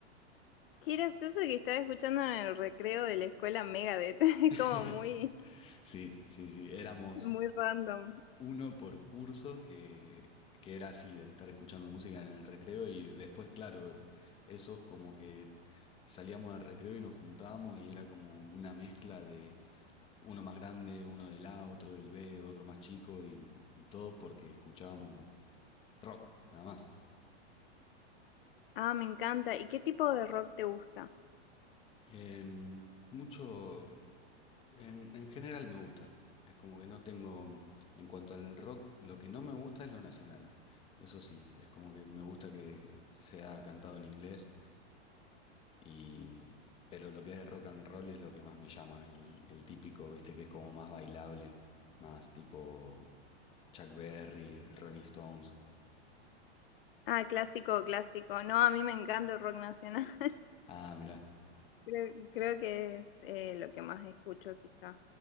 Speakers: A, on the left; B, on the left.
A: Qué gracioso que estaba escuchando en el recreo de la escuela Megadeth, <laughs>
B: <laughs>
A: es como muy,
B: Sí, sí, sí, éramos
A: muy random.
B: uno por curso que, que era así, de estar escuchando música en el recreo y después, claro, esos como que salíamos al recreo y nos juntábamos y era como una mezcla de uno más grande, uno del A, otro del B, otro más chico y, y todos porque escuchábamos rock, nada más.
A: Ah, me encanta. ¿Y qué tipo de rock te gusta?
B: Em, mucho. En, en general me gusta. Es como que no tengo, en cuanto al rock, lo que no me gusta es lo nacional. Eso sí, es como que me gusta que sea cantado en inglés y, pero lo que es rock and roll es lo que más me llama. El, el típico, viste, que es como más bailable, más tipo Chuck Berry, Ronnie Stones.
A: Ah, clásico, clásico. No, a mí me encanta el rock nacional. <laughs>
B: Ah, mirá.
A: Creo, creo que es eh, lo que más escucho quizá.